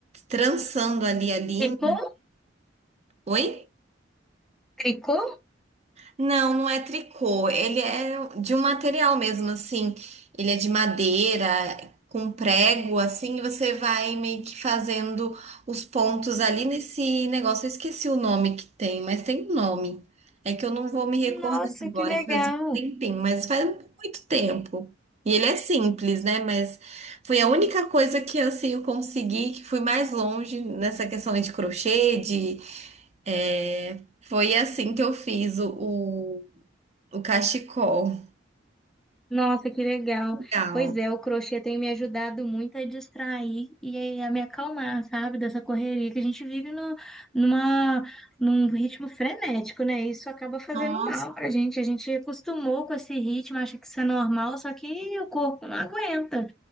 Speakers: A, on the right; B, in the centre.
A: trançando ali a linha.
B: Tricô?
A: Oi?
B: Tricô?
A: Não, não é tricô. Ele é de um material mesmo, assim. Ele é de madeira, com prego, assim, e você vai meio que fazendo os pontos ali nesse negócio. Eu esqueci o nome que tem, mas tem um nome. É que eu não vou me recordar
B: Nossa,
A: agora,
B: que legal!
A: que faz um tempinho, mas faz um muito tempo. E ele é simples, né? Mas foi a única coisa que assim, eu consegui, que fui mais longe nessa questão aí de crochê, de. é, Foi assim que eu fiz o, o- o cachecol.
B: Nossa, que legal.
A: Legal.
B: Pois é, o crochê tem me ajudado muito a distrair e a me acalmar, sabe, dessa correria que a gente vive no, numa, num ritmo frenético, né? Isso acaba fazendo
A: Nossa,
B: mal pra gente. A gente acostumou com esse ritmo, acha que isso é normal, só que o corpo não aguenta.